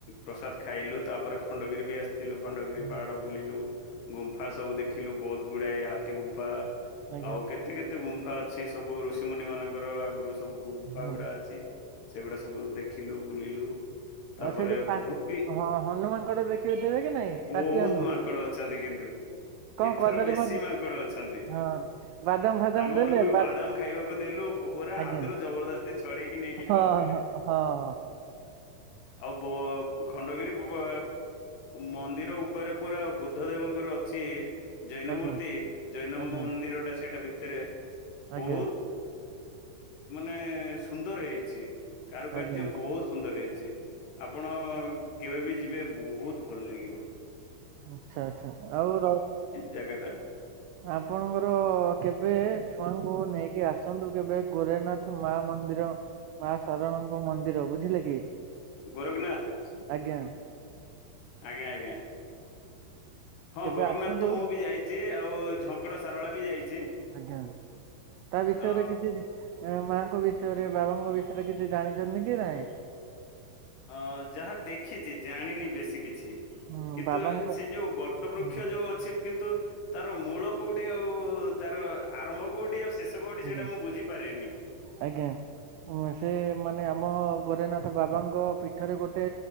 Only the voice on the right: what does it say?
ହଁ
ଆଜ୍ଞା
ହଁ
ଆଉ ସେଠି ପା
ହଁ ହନୁମାନଙ୍କଟ ଦେଖିଦେବେ କି ନାଇଁ
ରାତି ହନୁ
କଣ
କଦଳୀ
ଭଜା
ହଁ ବାଦାମ ଫାଦାମ
ଦେଲେ
ଆଜ୍ଞା
ହଁ
ହଁ ହଁ
ଆଜ୍ଞା
ଆଜ୍ଞା
ଆଜ୍ଞା।
ଆଜ୍ଞା
ଆଚ୍ଛା ଆଚ୍ଛା ଆଉ ର
ଆପଣଙ୍କର କେବେ ଛୁଆଙ୍କୁ ନେଇକି ଆସନ୍ତୁ କେବେ ଗୋରେନାଥ ମା ମନ୍ଦିର ମା ଶାରଣଙ୍କ ମନ୍ଦିର ବୁଝିଲେ କି?
ଆଜ୍ଞା।
କେବେ
ଆସନ୍ତୁ
ଆଜ୍ଞା। ତା ବିଷୟରେ
କିଛି ମାଙ୍କ ବିଷୟରେ ବାବାଙ୍କ ବିଷୟରେ କିଛି ଜାଣିଛନ୍ତି କି ନାଇଁ?
ହୁଁ
ବାବାଙ୍କ
ହୁଁ
ଆଜ୍ଞା
ଆଜ୍ଞା ସେ ମାନେ ଆମ ଗୋରେନାଥ ବାବାଙ୍କ ପୀଠରେ ଗୋଟେ